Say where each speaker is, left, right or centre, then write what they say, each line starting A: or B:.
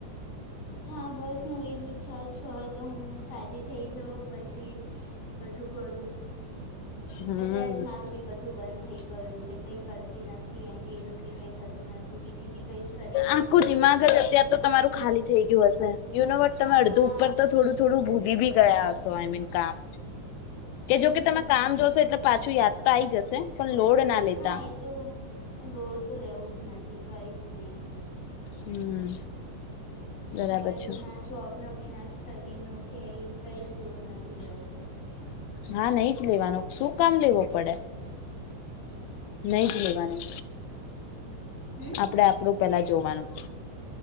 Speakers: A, on the left; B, on the left.
A: હા બસ હું એજ વિચારું છું હવે તો હું સાજી થઈ જાઉં પછી. બધું કરું
B: હમ
A: અત્યારે મારું બી બધું. બંધ થઈ ગયું છે કઈ કરતી નથી એમ બી એનું બી કઈ થતું નથી બીજી બી. કઈ સ્ટડી થતી
B: આખું
A: નથી.
B: દિમાગ જ અત્યાર તો તમારું ખાલી થઈ ગયું હશે યુનોવટ તમે
A: હા
B: અડધું ઉપર તો થોડું થોડું ભૂલી ભી ગયા હસો આઈ મીન કામ કે
A: હમ
B: જોકે તમે કામ જોશો એટલે પાછું યાદ આઈ જશે પણ લોડ ના લેતા
A: ના એ તો લોડ તો લેવું જ નથી કઈ જ નહીિ.
B: હમ. બરાબર
A: હવે તો
B: છે
A: ના જોબ નો કે ના સ્ટડી નો કે કઈ જોર નથી લેવો.
B: હા નઈ જ લેવાનું શું કામ લેવો પડે નઈ જ લેવાનું.
A: હમ
B: આપડે આપડું પેલા જોવાનું.